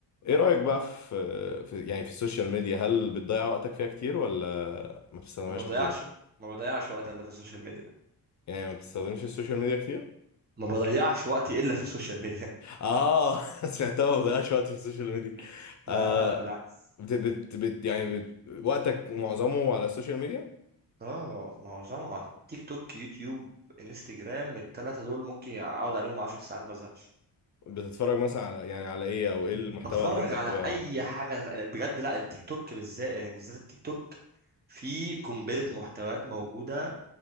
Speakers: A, on the left; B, on the right.
A: ايه رأيك بقى في, في يعني في السوشيال ميديا هل بتضيع وقتك فيها كتير ولا ما بتستخدمهاش
B: ما بضيعش
A: كتير
B: ما بضيعش وقت الا في السوشيال ميديا
A: يعني ما بتستخدمش السوشيال ميديا كتير
B: ما بضيعش وقتي الا في السوشيال ميديا
A: اه <laughs> سمعتها ما بضيعش وقتي في السوشيال ميديا
B: <laughs> لا
A: آه
B: لا, لا بالعكس
A: بت بت بت يعني بت وقتك معظمه على السوشيال ميديا
B: اه معظمها تيك توك يوتيوب انستجرام التلاتة دول ممكن اقعد عليهم 10 ساعات ما ازهقش
A: بتتفرج مثلا على يعني على ايه او ايه المحتوى
B: اتفرج
A: اللي انت
B: على
A: بتبقى
B: اي حاجة بجد لا التيك توك بالذات يعني بالذات التيك توك في قنبلة محتويات موجودة